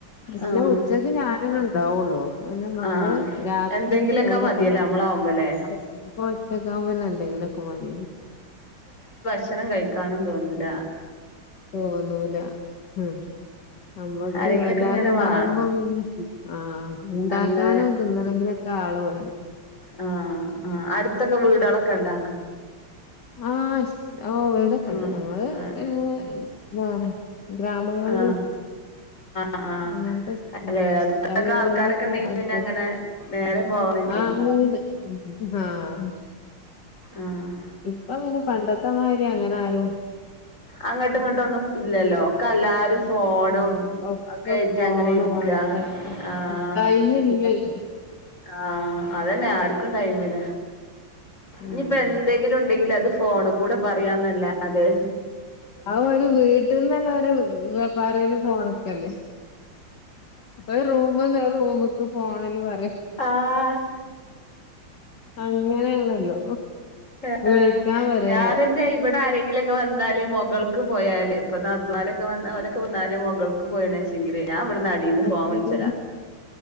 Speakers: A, on the left; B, on the left.
A: പിന്നെ
B: ആഹ്
A: ഉച്ചക്ക് ഞാ നെന്നെ ണ്ടാവൊള്ളു അപ്പം പിന്നെ മക്കള്
B: ആഹ്
A: രാത്രി
B: എന്തെങ്കിലൊക്കെ
A: ഓലൊക്കെ
B: മതിയല്ലേ
A: വെരും.
B: നമ്മളാവുമ്പല്ലേ
A: <unintelligible> ഒറ്റക്കാവുമ്പോ പിന്നെ എന്തെങ്കിലൊക്കെ മത്യല്ലോ.
B: ക്ഷണം കഴിക്കാനും തോന്നൂല.
A: തോന്നൂല ഉം. നമ്മക്ക്
B: ആരെങ്കിലൊക്കെ
A: എല്ലാരും
B: ഇങ്ങനെ
A: ഇണ്ടാവുമ്പം
B: വാണം
A: പിന്നെ ആഹ് ഇണ്ടാക്കാനും
B: അങ്ങനെ
A: തിന്നണെങ്കിലൊ ക്കാള് വേണം.
B: ആഹ് ആഹ്. അടുത്തൊക്കെ വീടാളൊക്കെണ്ടോ?
A: ആഹ് സ് ഓഹ് വീടൊക്കെണ്ട്
B: ഉം
A: ഞങ്ങള് <unintelligible>
B: ആഹ്
A: ഇതാണ്. ഗ്രാമങ്ങളില്.
B: ആഹ് ആഹ് ആഹ്
A: അങ്ങൻത്ത സ്ഥല <unintelligible>
B: അല്ലെ അടുത്തൊക്കെ
A: അഹ് വീട്കളൊക്കെ
B: ആൾക്കാരൊക്കെ ഇണ്ടെങ്കി
A: അട്ത്തട്
B: പിന്നെ അങ്ങനെ നേരം പോവാനൊക്കെ
A: ആഹ് വീട് ആഹ്
B: ആഹ്
A: ഇപ്പ പിന്നെ പണ്ടത്ത മായിരി അങ്ങനാരും
B: അങ്ങട്ടും ഇങ്ങട്ടൊന്നും ഇല്ലല്ലോ. ഒക്കെ എല്ലാരും ഫോണും
A: ഉം. ഒക്കെ
B: ഒ ക്കേയ്റ്റ്
A: ഫോണും
B: അങ്ങനെ ഇരിക്കാ
A: അങ്ങനെ
B: ആഹ്.
A: ടൈം ഇല്ലല്ലോ
B: ആഹ് അതന്നെ ആർക്കും ടൈമില്ല.
A: ഉം
B: ഇഞ്പ്പ എന്തെ ങ്കിലും ഉണ്ടെങ്കില് അത് ഫോണ് കൂടെ പറയാന്നല്ലാതെ,
A: അഹ് ഒരു വീട്ടിന്നന്നെ ഒരു വ പറയില് ഫോണ്ക്കല്ലേ. ഒരു റൂമ്ന്ന് ഒരു റൂമ്ക്ക്‌ ഫോണില് പറ്യാ.
B: ആഹ്.
A: അങ്ങനെയാണല്ലോ
B: ആഹ്
A: വിളിക്കാൻ വരെ
B: ഞാനന്നെ ഇവടാരെങ്കിലൊ ക്കെ വന്നാല് മൊകൾക്ക് പോയാല് ഇപ്പൊ നാത്തൂന്മാരൊക്കെ വന്ന അവരൊക്കെ വന്നാല് മൊകൾക്ക് പോയ്ണേച്ചെങ്കില് ഞാൻ ഇവട്ന്ന് അട് ടീന്ന്
A: ഫോണില്.
B: ഫോൺ വിള്ച്ചലാ.